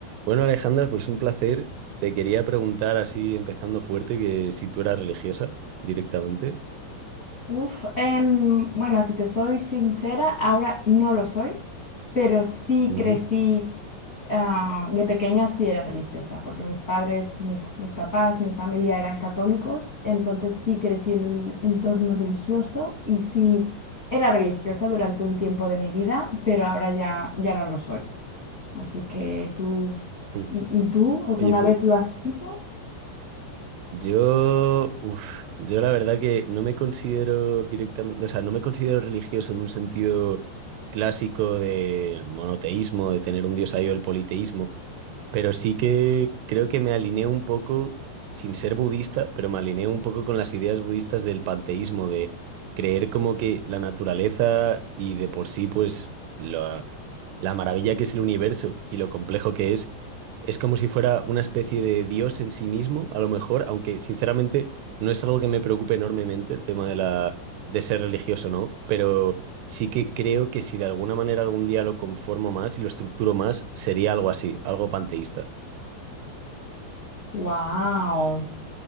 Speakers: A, on the right; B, on the left.
A: Bueno, Alejandra, pues un placer. Te quería preguntar así, empezando fuerte, que si tú eras religiosa directamente.
B: Uf, em, bueno, si te soy sincera, ahora no lo soy, pero sí
A: Ujú.
B: crecí, ah, de pequeña sí era religiosa, porque mis padres, mi f- mis papás, mi familia eran católicos, entonces sí crecí en un entorno religioso y sí era religiosa durante un tiempo de mi vida, pero ahora ya, ya no lo soy. Así que tú,
A: Mm.
B: ¿y, y tú alguna
A: Oye, pues
B: vez lo has sido?
A: yo, uf, yo la verdad que no me considero directamente, o sea, no me considero religioso en un sentido clásico del monoteísmo, de tener un dios ahí o el politeísmo. pero sí que creo que me alineé un poco, sin ser budista, pero me alineé un poco con las ideas budistas del panteísmo, de creer como que la naturaleza y de por sí, pues, la, la maravilla que es el universo y lo complejo que es, es como si fuera una especie de Dios en sí mismo, a lo mejor, aunque sinceramente no es algo que me preocupe enormemente el tema de la, de ser religioso, ¿no? Pero sí que creo que si de alguna manera algún día lo conformo más y lo estructuro más, sería algo así, algo panteísta.
B: Wow.